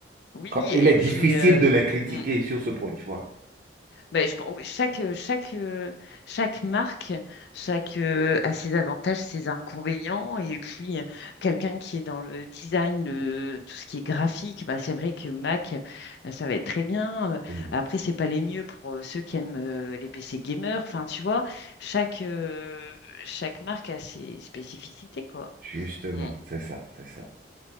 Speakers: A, on the left; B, on the right.
A: oui
B: quand- il
A: et
B: est difficile
A: puis euh,
B: de les critiquer
A: mm.
B: sur ce point, tu vois.
A: Ben, je pense- oui, chaque euh, chaque euh, chaque marque chaque euh, a ses avantages ses inconvénients et puis euh, quelqu'un qui est dans le design le- tout ce qui est graphique ben c'est vrai que Mac euh, ça va être très bien Euh,
B: Oui.
A: après c'est pas les mieux pour euh, ceux qui aiment euh, les PC gamers enfin tu vois chaque euh, chaque marque a ses spécificités quoi
B: Justement,
A: Mm.
B: c'est ça, c'est ça.